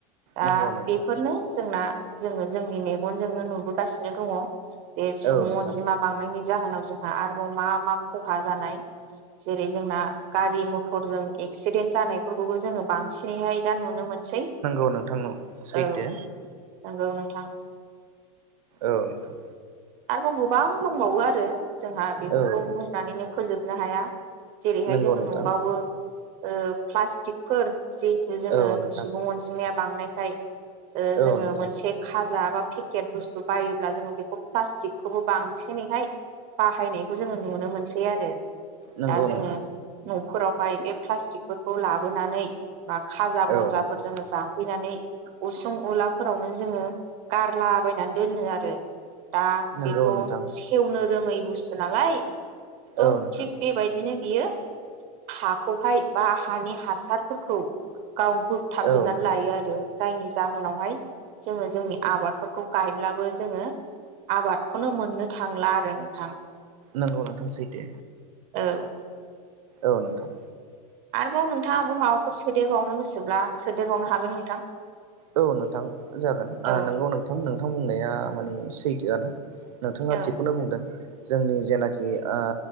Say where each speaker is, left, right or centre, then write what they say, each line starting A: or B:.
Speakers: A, on the right; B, on the right.
A: दा
B: नंगौ नोंथां
A: बेफोरनो जोंना जोङो जोंनि मेगनजोंनो नुबोगासिनो दङ' बे सुबुं
B: औ नोंथां
A: अनजिमा बांनायनि जाहोनाव जोंहा आरोबाव मा मा खहा जानाय जेरै जोंना गारि मथरजों एक्सिडेन्ट जानायफोरखौबो जोङो बांसिनैहाय दा नुनो मोनसै
B: औ नोंथां औ सैथो
A: औ नंगौ नोंथां
B: औ नोंथां
A: आरोबाव गोबां दंबावो आरो जोंहा बेफोरखौ
B: औ नोंथां
A: बुंनानैनो फोजोबनो हाया जेरैहाय
B: नंगौ
A: जोङो
B: नोंथां
A: नुबावो ओ प्लास्टिकफोर जिहेतु जोङो
B: औ नोंथां
A: सुबुं अनजिमाया बांनायखाय ओ
B: औ
A: जोङो
B: नोंथां
A: मोनसे खाजा बा फेकेट बुस्थु बायोब्ला जोङो बेखौ प्लास्टिकखौबो बांसिनैहाय बाहायनायखौ जोङो नुनो मोनसै आरो
B: नंगौ
A: दा जोङो
B: नोंथां
A: नफोरावहाय बे प्लास्टिकफोरखौ लाबोनानै बा खाजा
B: औ
A: बनजाफोर
B: नोंथां
A: जोङो जाफैनानै उसुं उलाफोरावनो जोङो गारलाबायनानै दोनो आरो दा
B: नंगौ
A: बेथ
B: नोंथां
A: सेवनो रोङै बुस्थु नालाय थ
B: औ नोंथां
A: थिग बेबायदिनो बियो हाखौहाय बा हानि हासारफोरखौ गाव बोगथाबजोबनानै
B: औ नोंथां
A: लायो आरो जायनि जाहोनावहाय जोङो जोंनि आबादफोरखौ गायब्लाबो जोङो आबादखौनो मोननो थांला आरो नोंथां
B: नंगौ नोंथां सैथो
A: औ
B: औ नोंथां
A: आरोबाव नोंथाङाबो माबाफोर सोदेरबावनो गोसोब्ला सोदेरबावनो हागोन नोंथां
B: औ नोंथां जागोन ओ
A: औ
B: नंगौ नोंथां नोंथां बुंनाया माने सैथोआनो नोंथाङा
A: औ
B: थिगखौनो बुंदों जोंनि जेनाखि आ